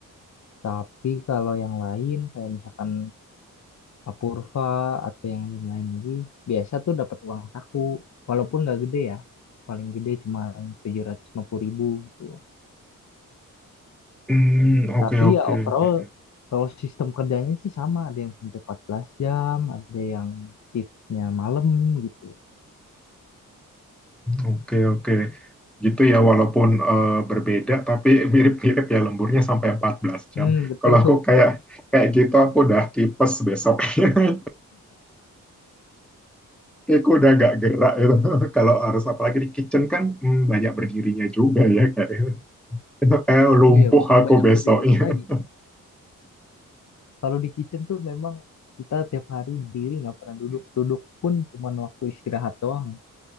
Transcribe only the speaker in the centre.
Hmm, oke
oke.
Hmm,
Oke oke. Gitu ya walaupun eh, berbeda tapi mirip-mirip ya lemburnya sampai 14 jam.
Kalau aku kayak kayak gitu aku udah tipes besok. <laughs> Kayak udah agak gerak itu. <laughs> Kalau harus apalagi di kitchen kan hmm, banyak berdirinya juga ya kayak gitu. <laughs> Eh
lumpuh
aku
besoknya.
<laughs>